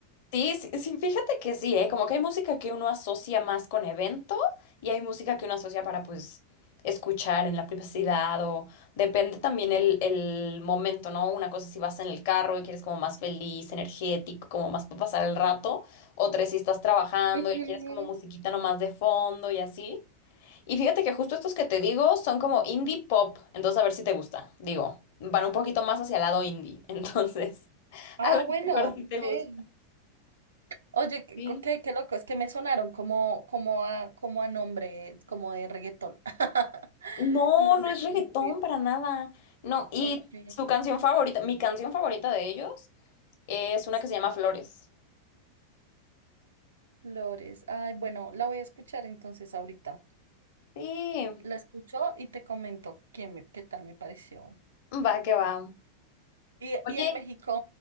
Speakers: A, on the left; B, on the right.
A: Sí, sí, sí, fíjate que sí, ¿eh? Como que hay música que uno asocia más con evento y hay música que uno asocia para, pues, escuchar en la privacidad o depende también el, el momento, ¿no? Una cosa si vas en el carro y quieres como más feliz, energético, como más para pasar el rato, otra si estás trabajando
B: Ujú.
A: y quieres como musiquita nomás de fondo y así. Y fíjate que justo estos que te digo son como indie pop, entonces a ver si te gusta, digo, van un poquito más hacia el lado indie, <laughs> entonces
B: Ah,
A: a lo
B: bueno,
A: mejor sí
B: ok.
A: te gusta.
B: Oye, qué,
A: Sí.
B: qué- qué loco, es que me sonaron como, como a, como a nombre, como de reggaetón. <laughs>
A: No,
B: No
A: no
B: sé
A: es reggaetón
B: por qué.
A: para nada. No, y
B: Ok,
A: su canción favorita, mi canción favorita de ellos es una
B: sí,
A: que se llama Flores.
B: Flores. Ay, bueno, la voy a escuchar entonces ahorita.
A: Sí,
B: La escucho y te comento quién, me, qué tal me pareció.
A: va que va.
B: Y,
A: Oye,
B: y en México,